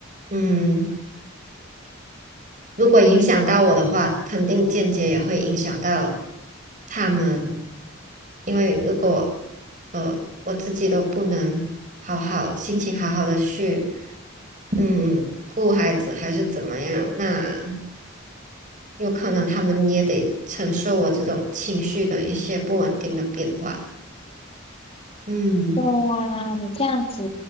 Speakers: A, on the right; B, on the left.
A: 嗯。如果影响到我的话，肯定间接也会影响到他们，因为如果呃我自己都不能好好心情好好的去嗯顾孩子还是怎么样，那有可能他们也得承受我这种情绪的一些不稳定的变化。嗯。
B: 对呀，你这样子